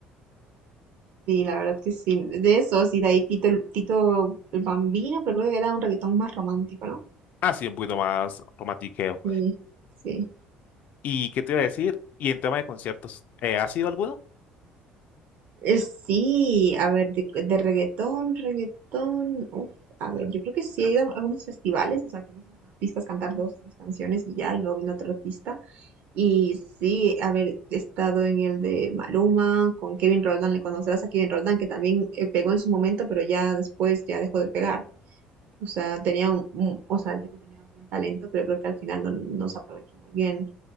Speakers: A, on the right; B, on the left.
A: Sí, la verdad que sí, de esos, y de ahí Tito, el- Tito el Bambino, pero creo que era un reggaetón más romántico, ¿no?
B: Así un poquito más romantiqueo.
A: Sí, sí.
B: ¿Y qué te iba a decir? ¿Y en tema de conciertos, eh, has ido a alguno?
A: Eh, Sí, a ver, de, de reggaetón, reggaetón, uf, a ver, yo creo que sí he ido a algunos festivales, o sea, que ves a los artistas cantar dos, tres canciones y ya, y luego viene otro artista. Y sí, a ver, he estado en el de Maluma, con Kevin Roldán, le conocerás a Kevin Roldán, que también eh, pegó en su momento, pero ya después ya dejó de pegar. O sea, tenía un, un- o sea, el chico tenía un buen talento, pero creo que al final no, no se aprovechó muy bien